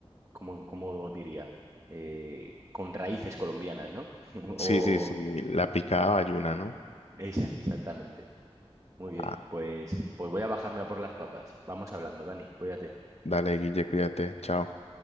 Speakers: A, on the right (about 30°); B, on the left (about 80°).
A: ¿cómo, cómo diría? Eh, con raíces colombianas, ¿no? <laughs> O
B: Sí, sí, sí, la picada bayuna, ¿no?
A: esa, exactamente. Muy bien,
B: Ah,
A: pues, pues voy a bajarme a por las papas. Vamos hablando, Dani, cuídate.
B: dale, Guille, cuídate, chao.